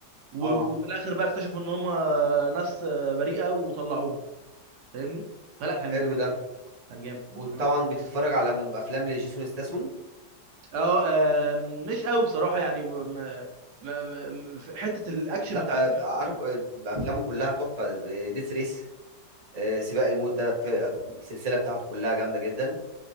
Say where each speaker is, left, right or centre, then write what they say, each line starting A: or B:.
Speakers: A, on the right; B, on the right.
A: و-
B: اه
A: وفي الاخر بقى اكتشفوا ان هم آه، ناس آه، بريئه وطلعوهم فاهمني فلا كان
B: حلو
A: كان جامد
B: ده
A: كان جامد انا
B: وطبعا بتتفرج على م- افلام لجيسون ستاثام
A: اه آم، مش قوي بصراحه يعني ب- م- م- م- في حته الاكشن
B: لا
A: بتاع
B: آه،
A: الفيلم
B: ب- عارف آه، بقى افلامه كلها تحفه ديث ريس سباق الموت ده في- في السلسله بتاعته كلها جامده جدا